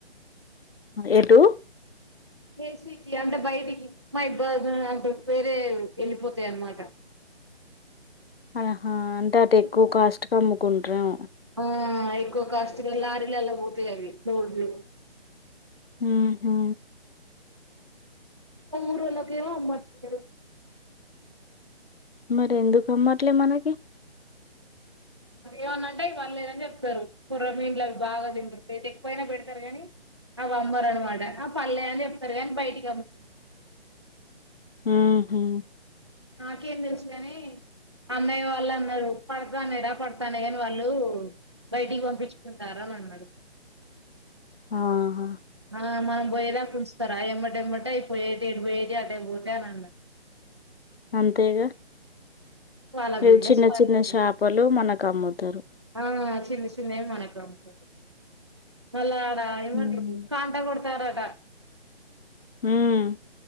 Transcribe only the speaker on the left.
ఎటు
ఆహా అంటే అటు ఎక్కువ
కాస్ట్ కు ఆమ్ కుంట్రేమో
హ్మ్ హు
మరి ఎందుకు అమ్మట్లే మనకి
హ్మ్ హు
ఆహా
అంతేగా
చిన్న
చిన్న
చిన్న చాపలు మనకు అమ్ముతారు
హ్మ్.
హ్మ్